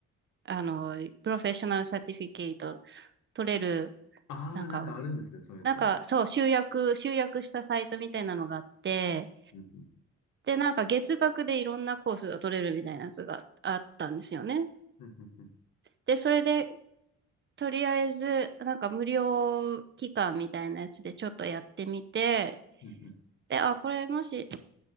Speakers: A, on the right (about 40°); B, on the left (about 85°).
A: あの、プロフェッショナルサティフィケート取れる、
B: ああ、
A: なんか、
B: なんかあるんですね、そういうのが。
A: なんかそう、集約、集約したサイトみたいなのがあって、
B: うんうん
A: で、なんか月額でいろんなコースが取れるみたいなやつがあったんですよね。
B: うんうんうん
A: で、それで、とりあえず、なんか無料期間みたいなやつでちょっとやってみて、
B: うん
A: で、あ、これもし